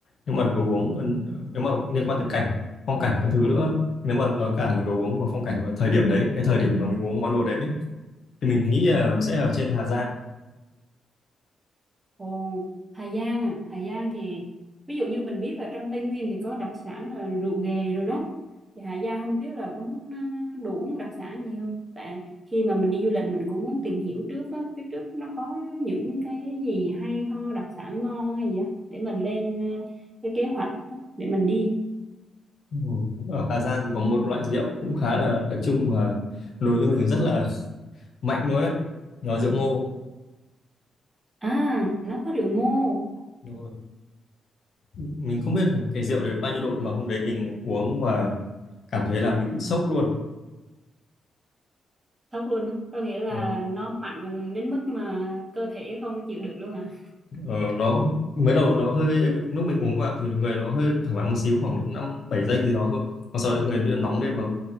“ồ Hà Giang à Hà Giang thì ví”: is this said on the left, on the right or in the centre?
Right